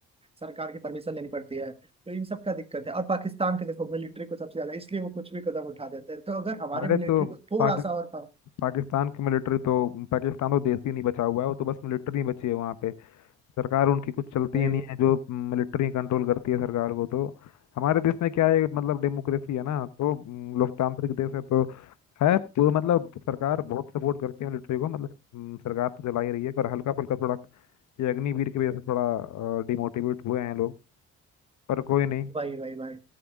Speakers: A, on the right; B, on the left.
A: सरकार की परमिशन लेनी पड़ती है तो इन सब का दिक्कत है और पाकिस्तान के देखो मिलिट्री को सबसे ज्यादा इसलिए वो कुछ भी कदम उठा देते हैं तो अगर हमारे
B: अरे
A: मिलिट्री
B: तो
A: को थोड़ा
B: पाकि,
A: सा और
B: पाकिस्तान की मिलिट्री तो पाकिस्तान तो देश ही नहीं बचा हुआ है वो तो बस मिलिट्री ही बची है वहाँ पे सरकार उनकी कुछ चलती
A: भाई
B: ही नहीं है जो मिलिट्री कंट्रोल करती है सरकार को तो हमारे देश में क्या है मतलब डेमोक्रेसी है ना तो हम्म, लोकतांत्रिक देश है तो है तो मतलब सरकार बहुत सपोर्ट करती है मिलिट्री को मतलब हम्म, सरकार तो चला ही रही है पर हल्का फुल्का थोड़ा ये अग्निवीर की वजह से थोड़ा डिमोटिवेट हुए हैं लोग पर कोई नहीं
A: भाई भाई भाई